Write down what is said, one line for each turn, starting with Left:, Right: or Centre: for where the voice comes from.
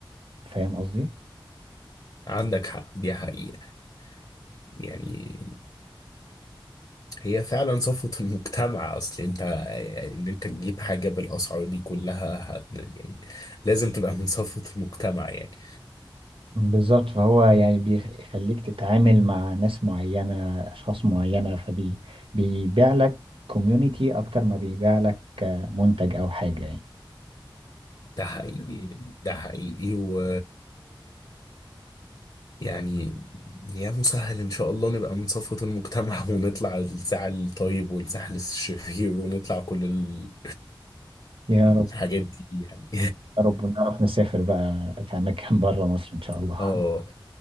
Right: فاهم قصدي؟
Left: عندك حق دي حقيقة يعني هي فعلا صفوة المجتمع اصل انت ان انت تجيب حاجة بالاسعار دي كلها هت- يعني لازم تبقى من صفوة المجتمع يعني
Right: بالظبط فهو يعني بيخليك تتعامل مع ناس معينة أشخاص معينة فبيبيع لك كوميونيتي أكتر ما بيبيع لك آه، منتج أو حاجة يعني
Left: ده حقيقي ده حقيقي و يعني يا مسهل ان شاء الله نبقى من صفوة المجتمع <laughs> ونطلع الساعة الطيب والساعة الشرير ونطلع كل ال...
Right: يا رب
Left: الحاجات دي يعني
Right: يا رب ونعرف نسافر بقى في أماكن <laughs> بره مصر إن شاء
Left: <laughs>
Right: الله
Left: اه